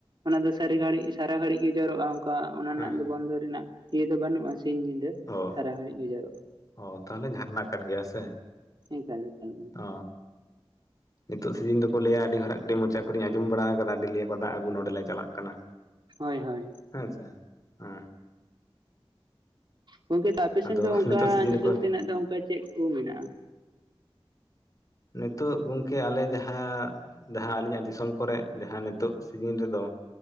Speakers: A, on the right; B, on the left.
A: ᱚᱱᱟ ᱫᱚ ᱥᱟᱹᱨᱤ ᱜᱷᱟᱹᱲᱤᱡ ᱥᱟᱨᱟ ᱜᱷᱟᱹᱲᱤᱡ ᱜᱮ ᱡᱚᱨᱚᱜᱼᱟ ᱚᱠᱟ ᱚᱱᱟ ᱨᱮᱱᱟᱜ
B: ᱦᱮᱸ
A: ᱫᱚ ᱵᱚᱱᱫᱚ ᱨᱮᱱᱟᱜ ᱤᱭᱟᱹ ᱫᱚ ᱵᱟᱹᱱᱩᱜᱼᱟ ᱥᱤᱧ ᱧᱤᱫᱟᱹ
B: ᱚ
A: ᱥᱟᱨᱟ ᱜᱷᱟᱹᱲᱤᱡ ᱜᱮ ᱡᱟᱨᱚᱜᱼᱟ
B: ᱚ ᱛᱟᱦᱚᱞᱮ ᱡᱷᱟᱨᱱᱟ ᱠᱟᱱ ᱜᱮᱭᱟ ᱥᱮ
A: ᱮᱠᱟᱞ ᱮᱠᱟᱞ
B: ᱚ ᱱᱤᱛᱳᱜ ᱥᱤᱡᱤᱱ ᱫᱚᱠᱚ ᱞᱟᱹᱭᱟ ᱟᱹᱰᱤ ᱦᱚᱲᱟᱜ ᱠᱟᱹᱴᱤᱡ ᱢᱚᱪᱟ ᱠᱚᱨᱮᱧ ᱟᱸᱡᱚᱢ ᱵᱟᱲᱟ ᱠᱟᱫᱟ <unintelligible> ᱫᱟᱜ ᱟᱹᱜᱩ ᱱᱚᱸᱰᱮᱞᱮ ᱪᱟᱞᱟᱜ ᱠᱟᱱᱟ
A: ᱦᱳᱭ ᱦᱳᱭ
B: ᱦᱮᱸᱪᱮ ᱚ
A: ᱜᱚᱝᱠᱮ ᱛᱚ ᱟᱯᱮᱥᱮᱱ
B: ᱟᱫᱚ
A: ᱫᱚ ᱚᱱᱠᱟ
B: ᱱᱤᱛᱚᱜ ᱥᱤᱡᱤᱱ
A: ᱧᱮᱞᱡᱚᱝ
B: ᱠᱚ
A: ᱛᱮᱱᱟᱜ ᱫᱚ ᱚᱱᱠᱟ ᱪᱮᱫ ᱠᱚ ᱢᱮᱱᱟᱜᱼᱟ?
B: ᱱᱤᱛᱳᱜ ᱜᱚᱝᱠᱮ ᱟᱞᱮ ᱡᱟᱦᱟᱸ ᱡᱟᱦᱟᱸ ᱟᱹᱞᱤᱧᱟᱜ ᱫᱤᱥᱚᱢ ᱠᱚᱨᱮ ᱡᱟᱦᱟᱸ ᱱᱤᱛᱚᱜ ᱥᱤᱡᱤᱱ ᱨᱮᱫᱚ